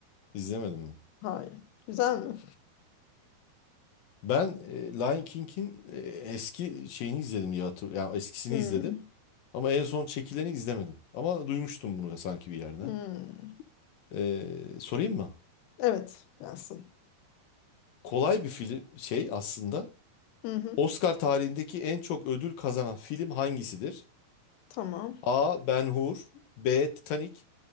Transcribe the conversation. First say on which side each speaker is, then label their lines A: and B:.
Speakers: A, on the left; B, on the left.
A: İzlemedim mi?
B: Hayır. Güzel mi?
A: Ben e, Lion King'in e, eski şeyini izledim diye hatırlıyorum. Yani eskisini
B: Hmm,
A: izledim. Ama en son çekileni izlemedim. Ama duymuştum bunu sanki bir yerden.
B: hmm.
A: E, sorayım mı?
B: Evet gelsin.
A: Kolay bir film şey aslında.
B: Hı hı,
A: Oscar tarihindeki en çok ödül kazanan film hangisidir?
B: tamam.
A: A. Ben-Hur B. Titanic